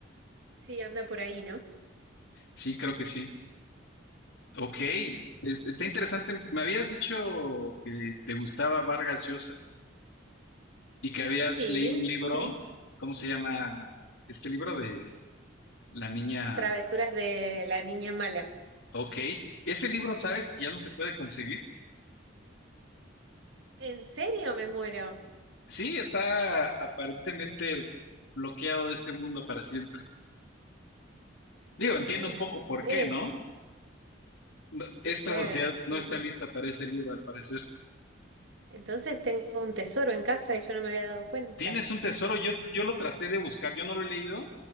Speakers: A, on the right (about 70°); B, on the left (about 85°).
A: sí, anda por ahí, ¿no?
B: Sí, creo que sí. Ok, es- está interesante. Me habías dicho que te gustaba Vargas Llosa y que habías
A: Sí,
B: leído un libro,
A: sí.
B: ¿cómo se llama? Este libro de la niña.
A: Travesuras de la niña mala.
B: Ok, ese libro, ¿sabes que ya no se puede conseguir?
A: ¿En serio me muero?
B: Sí, está aparentemente bloqueado de este mundo para siempre. Digo, entiendo
A: Ay,
B: un
A: no
B: poco
A: te puedo
B: por
A: creer.
B: qué, ¿no? No,
A: Sí,
B: esta
A: claro,
B: sociedad
A: sí,
B: no está
A: sí.
B: lista para ese libro, al parecer.
A: Entonces tengo un tesoro en casa y yo no me había dado cuenta.
B: Tienes un tesoro, yo, yo lo traté de buscar, yo no lo he leído,